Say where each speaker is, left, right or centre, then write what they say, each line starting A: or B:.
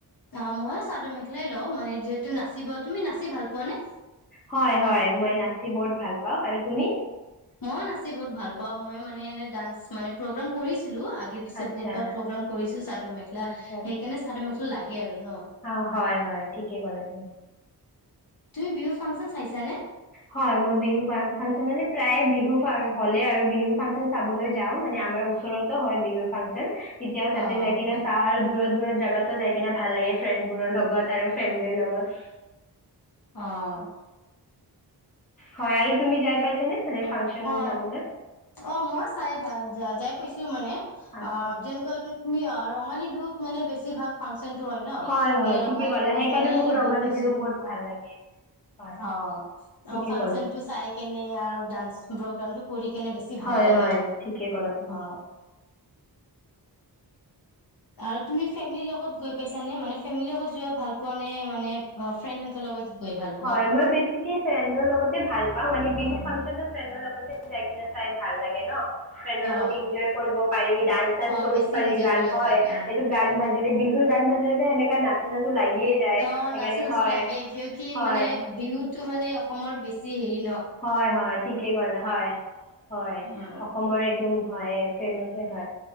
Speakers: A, on the left (about 60°); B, on the left (about 20°).
A: অ, ময়ো চাদৰ - মেখে, এখলাই লও মানে যিহেতু নাচিব, তুমি নাচি ভাল পোৱা নে?
B: হয়- হয় মই নাচি বহুত ভাল, পাওঁ আৰু তুমি?
A: মইয়ো নাচি বহুত ভাল পাও। মই মানে এনে ডান্স মানে প্ৰগ্ৰাম কৰিছো। ছিলো আগে- পিছে
B: আচ্ছা
A: বহুতবাৰ প্ৰগ্ৰাম কৰিছো চাদৰ -মেখালা
B: আচ্ছা আচ্ছা
A: সেইকাৰণে চাদৰ মেখেলা, লাগে আৰু। ন
B: অ, '- হয়- হয় ঠিকেই ক'লা তুমি।
A: তুমি, বিহু ফাংচন চাইছানে?
B: হয় মই বিহু ফাংচন মানে প্ৰায়ে বিহু হ'লে আৰু বিহু- ফাংচন চাবলৈ যাওঁ, মানে আমাৰ ওচৰতো হয় বিহুৰ ফাংচন। তেতিয়াও তাতে
A: অ
B: যায় কিনে
A: হয়
B: চাঁও আৰু দূৰত- -দূৰত জাগাত। ত ', যাই কিনে ভাল লাগে। ফ্ৰেণ্ডবোৰৰ লগত, আৰু ফেমিলিৰ লগত।
A: অহ,
B: হয়, আৰু তুমি যা‌য় পাইছানে? মানে ফাংচন
A: অ-অ,
B: চাবলৈ
A: মই চাই ভাল হৈ যায় - যাই -যায়, কৈছো মানে,
B: আচ্ছা
A: অ, যেনেকুৱা কি, - তুমি ৰঙালী বিহুত মানে বেছি ভাগ ফাং ফাংচন টো হৈ ন,
B: হয় হয়
A: তে ৰঙালী
B: ঠিকে ক'লা
A: বিহুত
B: সেইকাৰণে
A: মানে
B: মোক
A: এনে
B: ৰঙালী
A: গৈ পাইছোঁ,
B: বিহু বহুত ভাল লাগে হয়
A: অ,
B: ঠিকে
A: এই ফাংচনটো
B: ক'লা
A: চাই কেনে আৰু ডান্স প্ৰগ্ৰামটো কৰি কেনে বেছি ভাল
B: হয়
A: লাগে
B: হয় ঠিকে ক'লা তুমি
A: অ আৰু তুমি ফেমিলি লগত গৈ পাইছা নে? মানে ফেমিলি লগত যোৱা ভাল পোৱা নে, মানে ফ্ৰেণ্ড সেতৰ লগত গৈ ভাল
B: হয়,
A: পোৱা
B: মই বেছিকে ফ্ৰেণ্ডৰ লগতে ভাল পাওঁ, মানে বিহু ফাং ন্ ফ্ৰেণ্ডৰ লগতে যাই কিনে চাই ভাল লাগে ন। ফ্ৰেণ্ডৰ
A: অ
B: লগত এনজয় কৰিব পাৰি, ডান্স চান্স
A: অ
B: কৰিব
A: বেছি
B: পাৰি,
A: এনজয়
B: গান
A: কৰিব
B: হয়
A: পাৰি অ
B: এইটো গান বাজিলে বিহু বিহুত গান বাজিলে তু এনেকে নাচি নাচি লাগিয়ে যায়,
A: অ
B: সেইকাৰণে
A: নাচো নাচো
B: হয়।
A: লাগে কিয় কি
B: হয়
A: মানে বিহুটো মানে অসমৰ বেছি বেছি হেই
B: হয়, হয়, ঠিকে কলা, হয়, হয়,
A: অ
B: অসমৰে একদম হয়ে, ফেমাচে হয়।